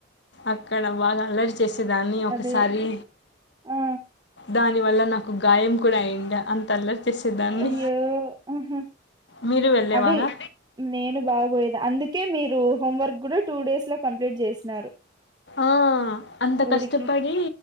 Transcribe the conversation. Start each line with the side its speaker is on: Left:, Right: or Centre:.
Left: అక్కడ బాగా అలర్ చేసేదాన్ని ఒకసారి
Right: అదే ఆ
Left: దాని వల్ల నాకు గాయం కూడా అయ్యండి అంతల్లర్ చేసేదాన్ని
Right: అయ్యో ఆహా
Left: మీరు వెళ్ళేవారా
Right: అదే నేను బాగబోయేది అందుకే మీరు హోంవర్క్ కూడా టూ డేస్ లో కంప్లీట్ చేసినారు
Left: ఆ అంత
Right: ఊరికి
Left: కష్టపడి